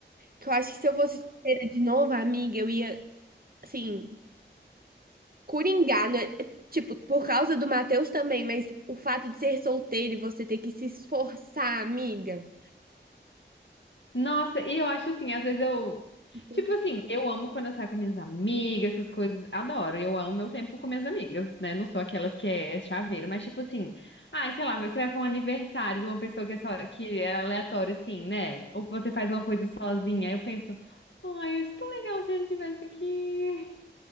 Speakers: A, on the right; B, on the left.
A: que eu acho que se eu fosse solteira de novo, amiga, eu ia, assim. Coringá, né? É, Tipo, por causa do Matheus também, mas o fato de ser solteiro e você ter que se esforçar, amiga.
B: Nossa, e eu acho assim, às vezes eu.
A: Tipo,
B: Tipo assim, eu amo quando eu saio com minhas amigas, essas coisas. Adoro, eu amo meu tempo com minhas amigas, né? Não sou aquelas que é, é chaveiro, mas tipo assim. Ah, sei lá, você vai pra um aniversário de uma pessoa que é, só, que é aleatória, assim, né? Ou você faz uma coisa sozinha. Aí eu penso, ai, isso é tão legal se ele estivesse aqui.